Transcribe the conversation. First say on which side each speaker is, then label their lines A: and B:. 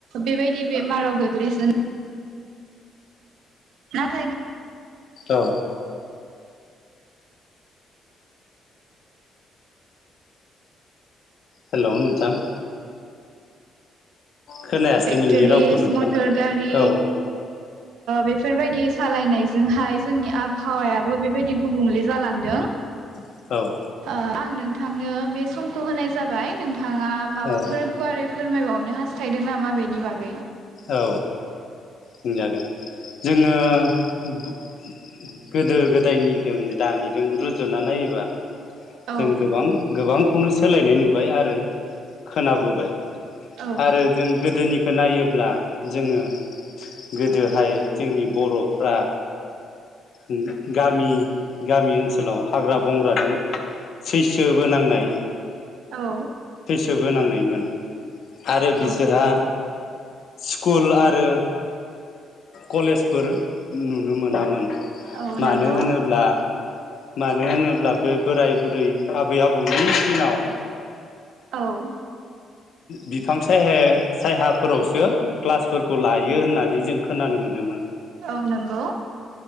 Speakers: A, on the right; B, on the left.
A: बेबायदि बे। माराव <inaudible> नाथाय।
B: औ। हेल' नोंथां। खोनायासै
A: टेक्टरिस
B: नोंनि रावखौ नोंथां
A: मटर गारि
B: औ
A: बेफोरबायदि सालायनायजोंहाय जोंनि आबहावायाबो बेबायदि गुबुंले जालांदों।
B: औ
A: अ आंनो। थांनो बे समखौ होनाय जाबाय नों। थाङा माबाफोर
B: औ
A: गुवारै फोरमायबावनो हास्थायदों नामा बेनि बागै
B: औ बुंजागोन जोङो गु गोदो- गोदायनिदों दानिदों रुजुना नायोबा
A: औ
B: जों गोबां गोबां खौनो सोलायनाय नुबाय आरो खोनाबोबाय
A: औ
B: आरो जों गोदोनि खो नायोब ब्ला जोङो गोदोहाय जोंनि बर'फ्रा उम गामि गामि ओनसोलाव हाग्रा बंग्रादों सैसो बोनांनाय
A: औ
B: सोबोनांनायमोन आरो बिसोरहा
A: औ
B: स्कुल आरो कलेजफोर नुनो मोनामोन
A: औ
B: मानो
A: नंगौ
B: होनोब्ला मानो होनोब्ला बे बोराय बुरै आबै आबौनि दिनाव
A: औ
B: बिफां सायहा <unintelligible> सायाहाफोरावसो ग्लासफोरखौ लायो होननानै जों खोनानो मोनोमोन
A: औ नंगौ